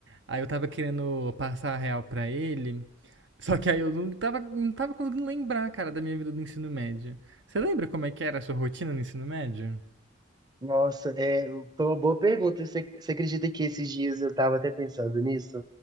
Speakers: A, on the right (about 60°); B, on the right (about 20°).
A: Aí eu tava querendo passar a real pra ele, só que aí eu não tava, não tava conseguindo lembrar, cara, da minha vida do ensino médio. Você lembra como é que era a sua rotina no ensino médio?
B: Nossa, é, foi uma boa pergunta. Você, você acredita que esses dias eu estava até pensando nisso?